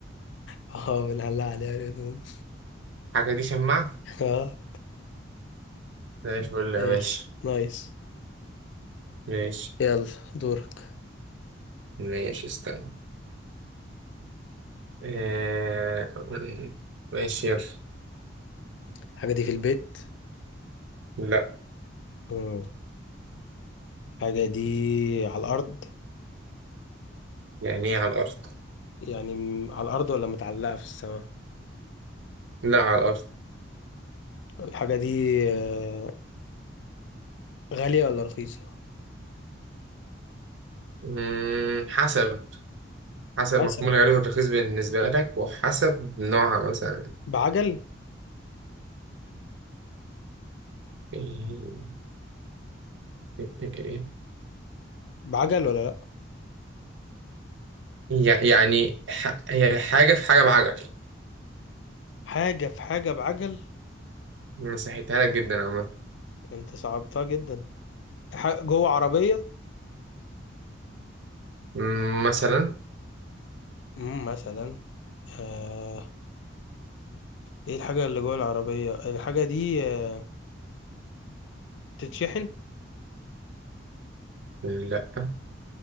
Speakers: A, on the left (about 65°); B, on the right (about 70°).
A: اه بنعلق عليها الهدوم
B: الحاجة دي شماعة
A: <laughs> اه
B: زي الفل يا
A: ماشي
B: باشا
A: نايس
B: ماشي
A: يلا دورك
B: ماشي استنى آه... ماشي يلا
A: الحاجة دي في البيت
B: لا
A: مم. الحاجة دي على الأرض
B: يعني ايه على الأرض
A: يعني م- على الأرض ولا متعلقة في السماء
B: لا على الأرض
A: الحاجة دي آه، غالية ولا رخيصة
B: مم... حسب حسب
A: حسب
B: مفهوم الغالي والرخيص بالنسبة لك وحسب نوعها مثلا
A: بعجل
B: إيه- إيه- إيه-
A: بعجل ولا لأ
B: يع- يعني ح... هي حاجة في حاجة بعجل
A: حاجة في حاجة بعجل
B: مسحتها لك جدا عامة
A: أنت صعبتها جدا ح- جوه عربية
B: مم، مثلا
A: مم، مثلا آه. إيه الحاجة اللي جوه العربية الحاجة دي آه، بتتشحن
B: لا